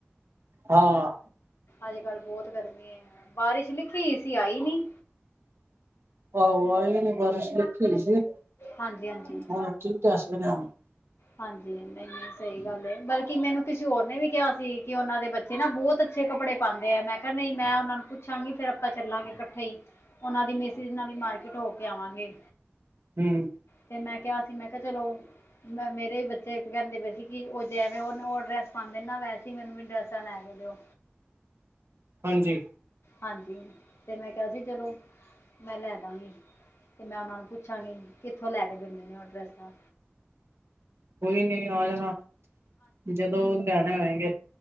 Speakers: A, on the right; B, on the left.
A: ਹਾਂ
B: ਅੱਜ ਕੱਲ ਬਹੁਤ ਗਰਮੀ ਹੈ, ਬਾਰਿਸ਼ ਲਿਖੀ ਸੀ ਆਈ ਨੀ।
A: ਆਹ। ਆਈ ਨਹੀ ਬਾਰਿਸ਼ ਲਿਖੀ ਹੋਈ ਸੀ।
B: ਹਾਂਜੀ-ਹਾਂਜੀ।
A: ਹਾਂ ਠੀਕ। <unintelligible>
B: ਹਾਂਜੀ ਨਹੀਂ ਸਹੀ ਗੱਲ ਹੈ। ਬਲਕਿ ਮੈਨੂੰ ਕਿਸੇ ਹੋਰ ਨੇ ਵੀ ਕਿਹਾ ਸੀ। ਕਿ ਉਹਨਾਂ ਦੇ ਬੱਚੇ ਨਾ ਬਹੁਤ ਅੱਛੇ ਕੱਪੜੇ ਪਾਉਂਦੇ ਹੈ ਮੈਂ ਕਿਹਾ ਨਹੀਂ ਮੈਂ ਉਹਨਾਂ ਨੂੰ ਪੁੱਛਾਂਗੇ ਫੇਰ ਆਪਾਂ ਚੱਲਾਂਗੇ ਇਕੱਠੇ ਹੀ। ਉਹਨਾਂ ਦੀ ਮਿਸਜ ਨਾਲ ਹੀ ਮਾਰਕੀਟ ਹੋ ਕੇ ਆਵਾਂਗੇ।
A: ਹਮ।
B: ਤੇ ਮੈਂ ਕਿਹਾ ਸੀ ਮੈਂ ਕਿਹਾ ਚਲੋ। ਮੈਂ ਮੇਰੇ ਵੀ ਬੱਚੇ ਕਹਿੰਦੇ ਪਏ ਸੀ। ਕਿ ਉਹ ਜੈਵੇਂ ਉਹਨੂ ਉਹ ਡਰੈਸ ਪਾਉਂਦੇ ਨਾ ਵੈਸੇ ਹੀ ਮੈਨੂੰ ਵੀ ਡਰੈਸਾਂ ਲੈ ਕੇ ਦਿਓ।
A: ਹਾਂਜੀ।
B: ਹਾਂਜੀ। ਤੇ ਮੈਂ ਕਿਹਾ ਸੀ ਚਲੋ। ਮੈਂ ਲੈ ਦਵਾਂਗੀ ਤੇ ਮੈਂ ਉਹਨਾਂ ਨੂੰ ਪੁੱਛਾਂਗੀ ਕਿੱਥੋਂ ਲੈ ਕੇ ਦਿੰਦੇ ਨੇ ਉਹ ਡਰੈਸਾਂ।
A: ਕੋਈ ਨੀ ਆ ਜਾਣਾ। ਜਦੋਂ ਲਿਆਣੇ ਆਏਗੇ।